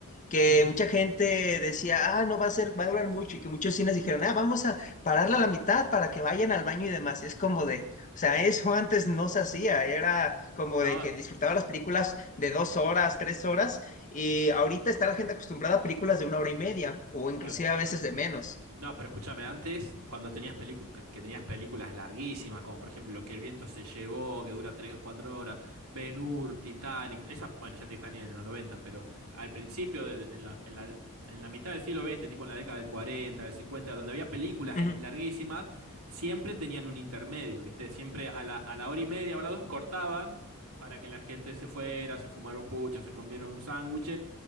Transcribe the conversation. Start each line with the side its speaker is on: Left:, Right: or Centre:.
Left: que
Right: Mm.
Left: mucha gente decía, ah, no va a ser, va a durar mucho, y que muchos cines dijeron, ah, vamos a pararla a la mitad para que vayan al baño y demás. Y es como de, o sea, eso <laughs> antes no se hacía, era como
Right: No,
Left: de que disfrutaba las películas de dos horas, tres horas, y ahorita está la gente acostumbrada a películas de una hora y media, o inclusive
Right: claro.
Left: a veces de menos.
Right: No, pero escúchame, antes, cuando tenías pelicu- que, que tenías películas larguísimas, como por ejemplo Lo que el viento se llevó, que dura 3 o 4 horas, Ben-Hur, Titanic, esa, bueno, ya Titanic en los 90, pero al principio, del- en la, en la, en la mitad del siglo XX, tipo en la década del 40, del 50, donde había películas
Left: Ujú.
Right: el- larguísimas, siempre tenían un intermedio, ¿viste? Siempre a la, a la hora y media o a las dos cortaban para que la gente se fuera, se fumara un pucho, se comiera un sándwich